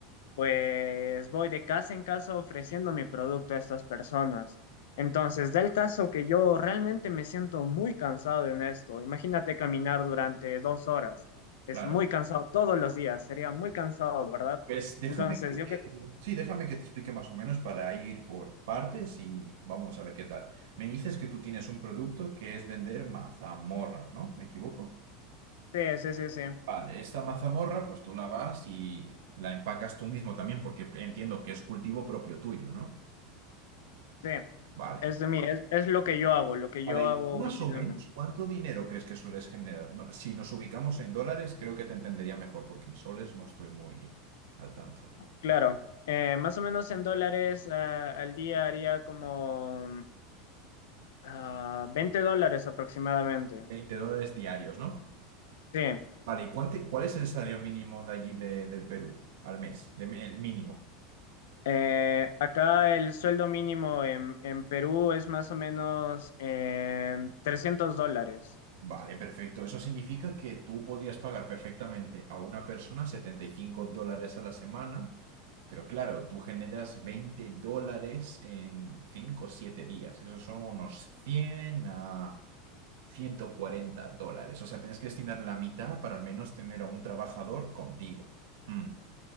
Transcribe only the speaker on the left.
pues voy de casa en casa ofreciendo mi producto a estas personas. Entonces, del caso que yo realmente me siento muy cansado en esto, imagínate caminar durante dos horas, es
muy cansado todos los días, sería muy cansado, ¿verdad?
Entonces,
yo creo
que sí, sí, sí, sí,
sí,
es de mí, es, es lo que yo hago, lo que
yo
hago
individualmente.
Claro, eh, más o menos en dólares eh, al día haría como ah, 20 dólares aproximadamente.
Sí,
Eh, acá el sueldo mínimo en, en Perú es más o menos eh, 300 dólares.